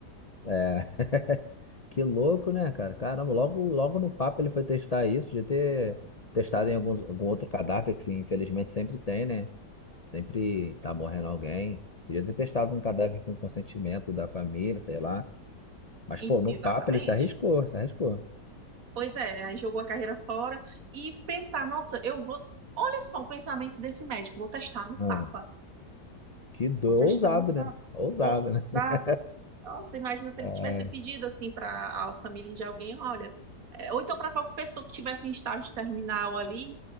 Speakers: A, on the left (about 50°); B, on the right (about 55°).
A: é. <laughs> Que louco, né, cara? Caramba, logo, logo no papo ele foi testar isso, de ter testado em alguns, algum outro cadáver, que infelizmente sempre tem, né? Sempre tá morrendo alguém. Podia ter testado um cadáver com consentimento da família, sei lá. Mas,
B: E-
A: pô, no
B: exatamente.
A: papo ele se arriscou, se arriscou.
B: Pois é, aí jogou a carreira fora e pensar, nossa, eu vou. Olha só o pensamento desse médico, vou testar no
A: Não,
B: Papa.
A: que do...
B: Vou testar
A: ousado,
B: um
A: né?
B: pa-
A: Ousado,
B: ousado.
A: né? <laughs>
B: Nossa, imagina se
A: Ai,
B: ele tivesse pedido assim para a família de alguém, olha, é, ou então para a própria pessoa que tivesse em estágio terminal ali,